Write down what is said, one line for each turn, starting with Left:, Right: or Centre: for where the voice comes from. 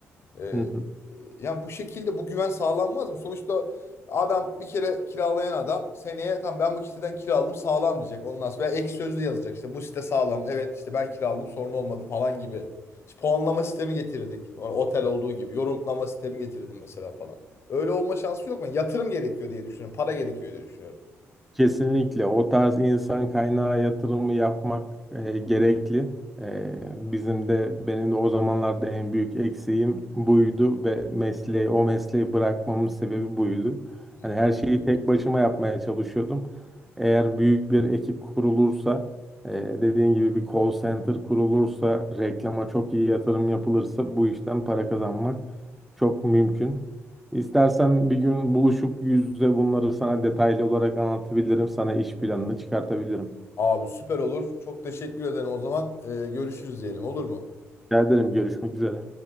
Left: Ee,
Centre: hı hı.
Left: e, yani bu şekilde bu güven sağlanmaz mı? Sonuçta adam bir kere kiralayan adam seneye tam ben bu siteden kiraladım sağlam diyecek. Ondan sonra veya ek sözlü yazacak işte bu site sağlam. Evet işte ben kiraladım sorun olmadı falan gibi. İşte puanlama sistemi getirirdik. Sonra otel olduğu gibi yorumlama sistemi getirdim mesela falan. Öyle olma şansı yok mu? Yatırım gerekiyor diye düşünüyorum. Para gerekiyor diye düşünüyorum.
Centre: Kesinlikle o tarz insan kaynağı yatırımı yapmak e, gerekli. E, bizim de benim de o zamanlarda en büyük eksiğim buydu ve mesleği o mesleği bırakmamın sebebi buydu.
Left: Hı
Centre: Hani
Left: hı.
Centre: her şeyi tek başıma yapmaya çalışıyordum. Eğer büyük bir ekip kurulursa, e, dediğin gibi bir call center kurulursa, reklama çok iyi yatırım yapılırsa bu işten para kazanmak çok mümkün. İstersen bir gün buluşup yüz yüze bunları sana detaylı olarak anlatabilirim. Sana iş planını çıkartabilirim.
Left: Abi süper olur. Çok teşekkür ederim o zaman. Ee, görüşürüz diyelim olur mu?
Centre: Rica ederim. Görüşmek üzere.